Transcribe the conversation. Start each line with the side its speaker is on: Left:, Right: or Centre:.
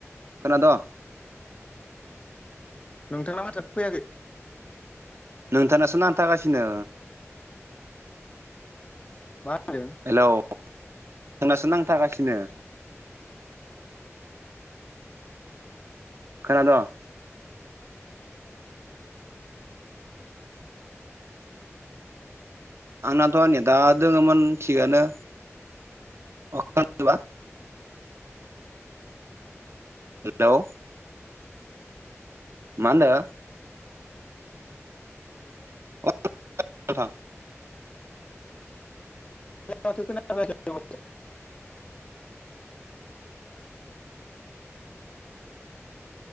Right: खोनादों
Left: नोंथाना माथोआनो फैयाखै
Right: नोंथांनासो नांथागासिनो
Left: मा होनदों
Right: हेलौ नोंनासो नांथागासिनो खोनादों आंनाथ' नेदा दोङोमोन थिगानो अ खोनादोंबा हेलौ मा होनदो अ नोंथां
Left: <unintelligible>